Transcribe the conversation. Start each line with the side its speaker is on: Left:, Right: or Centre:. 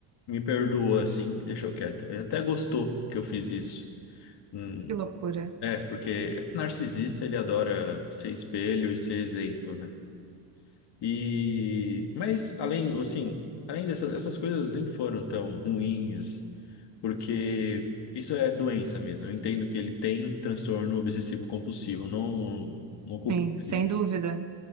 Left: me perdoou, assim, deixou quieto. Ele até gostou que eu fiz isso. Hum,
Right: Que loucura.
Left: é, porque narcisista, ele adora ser espelho e ser exemplo, né? E, mas, além, assim, além dessas essas coisas nem foram tão ruins porque isso é doença mesmo. Eu entendo que ele tem transtorno obsessivo compulsivo, não, não
Right: Sim,
Left: culpo.
Right: sem
Left: ele.
Right: dúvida.